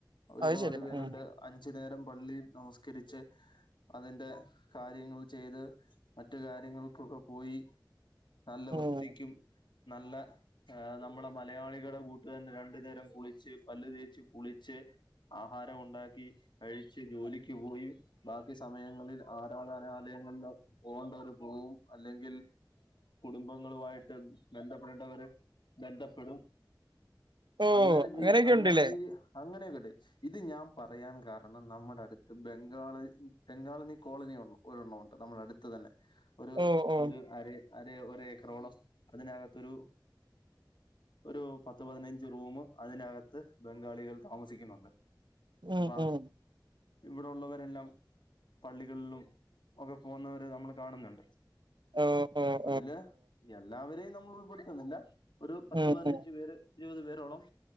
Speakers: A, on the left; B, on the right.
A: ഒരുപാട്
B: അത് ശരിയാ
A: പേരുണ്ട്
B: ഉം
A: അഞ്ചു നേരം പള്ളി നമസ്കരിച്ച് അതിന്റെ കാര്യങ്ങൾ ചെയ്ത് മറ്റു കാര്യങ്ങൾക്കൊക്കെ പോയി നല്ല
B: ഉം
A: വൃത്തിക്കും നല്ല ആ നമ്മളെ മലയാളികളുടെ കൂട്ടു തന്നെ രണ്ടു നേരം കുളിച്ച് പല്ല് തേച്ച് കുളിച്ച് ആഹാരം ഉണ്ടാക്കി കഴിച്ച് ജോലിക്ക് പോയി ബാക്കി സമയങ്ങളിൽ ആരാധനാലയങ്ങളിൽ പോകേണ്ട വര് പോവും അല്ലെങ്കിൽ കുടുംബങ്ങളുമായിട്ട് ബന്ധപ്പെടേണ്ടവര് ബന്ധപ്പെടും
B: ഓ
A: അങ്ങനെ ജീ
B: അങ്ങനെയൊക്കെ
A: അങ്ങനെ
B: ഉണ്ട്ല്ലേ
A: ജീവി അങ്ങനെയൊക്കട്ടെ ഇത് ഞാൻ പറയാൻ കാരണം നമ്മുടെ അടുത്ത് ബംഗാള ബംഗാളിന കോളനി വന്നു ഒരുഎമൗണ്ട് നമ്മളെട്ത്ത് തന്നെ ഒരു
B: ഓ ഓ
A: ഒരു അരെ അര് ഒരു ഏക്കറോളം അതിനകത്തൊരു ഒരു പത്ത് പതിനഞ്ച് റൂം അതിനകത്ത് ബംഗാളികൾ താമസിക്കുന്നുണ്ട്.
B: ഉം
A: അബാ
B: ഉം
A: ഇവിടെ ഉള്ളവരെല്ലാം പള്ളികളിലും ഒക്കെ പോകുന്നവര് നമ്മള് കാണ്ന്ന്ണ്ട്
B: ഉം ഉം
A: അതിലെ എല്ലാവരെയും നമ്മൾ ഉൾപ്പെടുത്തുന്നില്ല ഒരു പത്ത്
B: ഉം
A: പതിനഞ്ച്
B: ഉം
A: പേര് ഇരുപത് പേരോളം